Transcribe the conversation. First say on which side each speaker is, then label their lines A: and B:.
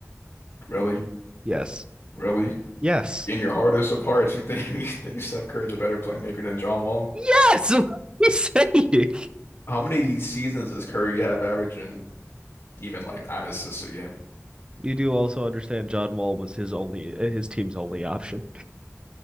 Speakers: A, on the left; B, on the right.
A: really,
B: Yes.
A: really.
B: Yes.
A: In your hardest of hearts, you think <laughs> you think Steph Curry is a better playmaker than John Wall?
B: Yes, <laughs> what are you saying?
A: How many seasons does Curry have averaging even like nine assists a game?
B: You do also understand John Wall was his only his team's only option.